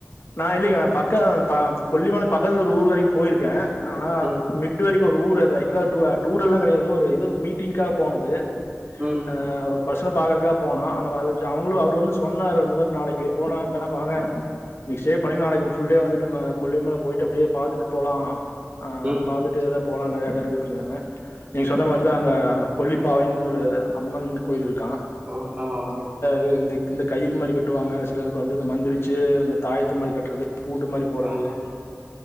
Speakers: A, on the left (about 55°); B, on the right (about 30°).
A: நான் இல்லைங்க நான் பக்க கொல்லிமல பக்கதுல ஒரு ஊர் வரைக்கு போயிருக்கேன் ஆனா
B: ம்
A: மெட்டு வரைக்கு ஒரு ஊரு து ஆக்சுலா டூ அ டூட் எல்லா கெடையாது ஒரு இது மீட்டிங்க்கா போனது
B: ம்
A: ஆஹ் பசங்கள பாக்கறக்கா போனோ அந்த <unintelligible> சேர் அவங்களு அவரு வந்து சொன்னாரு இந்த மாரி நாளைக்கு போலா <unintelligible> வாங்க இன்னிக் ஸ்டே பண்ணி நாளைக்கு ஃபுல் டே வந்துட்டு நம்ம கொல்லிமல போயிட்டு அப்டியே பாத்துட்டு போலா ஆஹ்
B: ம் ம்
A: பாத்துட்டு அதா போலா நெறைய எடோ இருக்கு அப்டினாங்க நீங்க சொன்ன மாரி தா அங்க கொல்லிப்பாவைன் ஒரு அம்மன் கோயிலிருக்
B: அஹ் ஆமா ப்ரோ
A: <unintelligible> இந்த இந்த கயிறு மாரி கட்டுவாங்க சிலருக்கு வந்து இந்த மந்திரிச்சு இந்த தாயத்து மாரி கட்றது பூட்டு மாரி போட்றது
B: ஆமா